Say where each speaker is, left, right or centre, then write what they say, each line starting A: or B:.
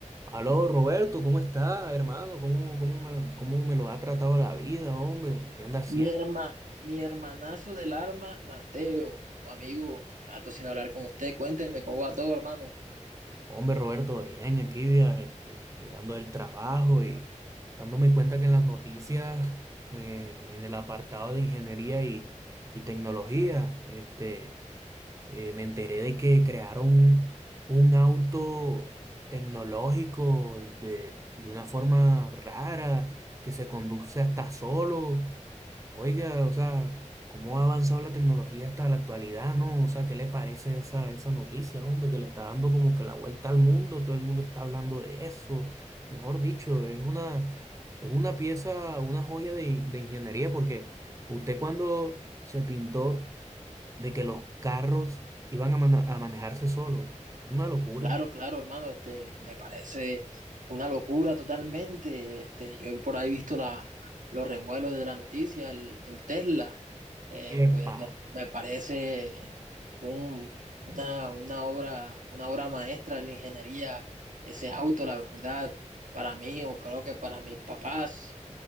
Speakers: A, on the right (about 25°); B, on the right (about 85°).
A: Aló, Roberto, ¿cómo está, hermano? ¿Cómo, cómo me, cómo me lo ha tratado la vida, hombre? ¿Qué anda haciendo?
B: Mi herma, mi hermanazo del alma Mateo, o amigo, rato sin hablar con usted, cuénteme cómo va todo, hermano.
A: Hombre, Roberto, bien, aquí ya, este, llegando del trabajo y dándome cuenta que en las noticias, eh, en el apartado de ingeniería y, y tecnología, este, eh, me enteré de que crearon un auto tecnológico de, de una forma rara, que se conduce hasta solo. Oiga, o sea, ¿cómo ha avanzado la tecnología hasta la actualidad, no? O sea, ¿qué le parece esa, esa noticia, hombre, que le está dando como que la vuelta al mundo? Todo el mundo está hablando de eso. Mejor dicho, es una, es una pieza, una joya de, in- de ingeniería, porque usted cuando se pintó de que los carros iban a, mana- a manejarse solos, una locura.
B: Claro, claro, hermano, este, me parece una locura totalmente. Este, yo he por ahí visto la, los revuelos de la noticia, el, el Tesla, eh,
A: ¡Epa!
B: pues me, me parece un, una, una obra, una obra maestra de la ingeniería, ese auto, la verdad, para mí, o creo que para mis papás.